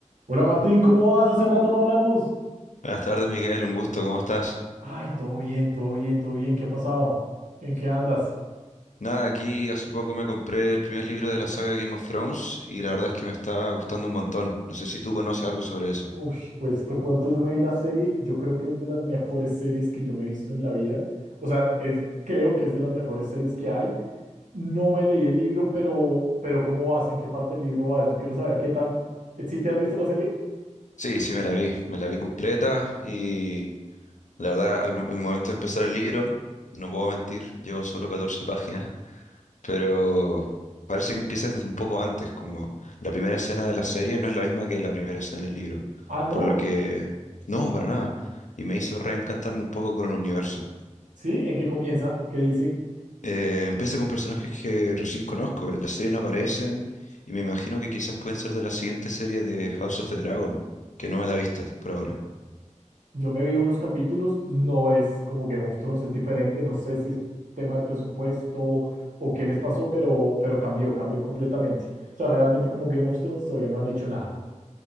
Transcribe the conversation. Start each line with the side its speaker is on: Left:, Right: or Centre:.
Right: Hola Martín, ¿cómo vas? Hace rato no hablamos.
Left: Buenas tardes, Miguel, un gusto, ¿cómo estás?
Right: Ay, todo bien, todo bien, todo bien. ¿Qué ha pasado? ¿En qué andas?
Left: Nada, aquí hace poco me compré el primer libro de la saga Game of Thrones y la verdad es que me está gustando un montón. No sé si tú conoces algo sobre eso.
Right: Uy, pues te cuento, yo me vi la serie, yo creo que es de las mejores series que yo me he visto en la vida. O sea, es, creo que es de las mejores series que hay. No me leí el libro, pero, pero ¿cómo vas? ¿En qué parte del libro vas? Yo quiero saber qué tan... ¿Sí te has visto la serie?
Left: Sí, sí, me la vi, me la vi completa y la verdad al, al momento de empezar el libro, no puedo mentir, llevo solo 14 páginas, pero parece que empieza desde un poco antes, como la primera escena de la serie no es la misma que la primera escena del libro,
Right: Ah, ¿no?
Left: por lo que no,
Right: ¿Qué?
Left: para nada, y me hizo reencantarme un poco con el universo.
Right: ¿Sí? ¿En qué comienza? ¿Qué dice?
Left: Eh, empieza con personajes que recién conozco, en la serie no aparecen y me imagino que quizás pueden ser de la siguiente serie de House of the Dragon, que no me la he visto por ahora.
Right: Yo me vi unos capítulos, no es como Game of Thrones, es diferente, no sé si es tema de presupuesto o qué les pasó, pero, pero cambió, cambió completamente. O sea, realmente como Game of Thrones todavía no han hecho nada.